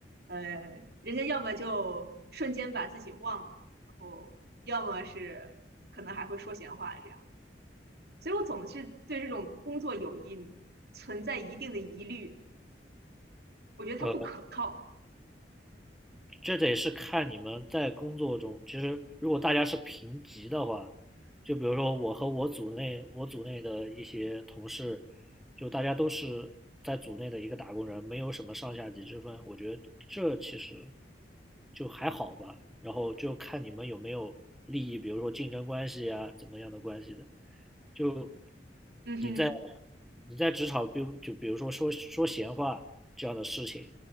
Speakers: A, on the right; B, in the centre.
A: 呃，人家要么就瞬间把自己忘了，然后要么是可能还会说闲话这样。所以我总是对这种工作友谊存在一定的疑虑。我觉得他不可靠。
B: 呃，这得是看你们在工作中，其实如果大家是平级的话，就比如说我和我组内我组内的一些同事，就大家都是在组内的一个打工人，没有什么上下级之分，我觉得这其实就还好吧。然后就看你们有没有利益，比如说竞争关系呀、怎么样的关系的。就
A: 嗯哼，
B: 你在你在职场，比如就比如说说说闲话这样的事情，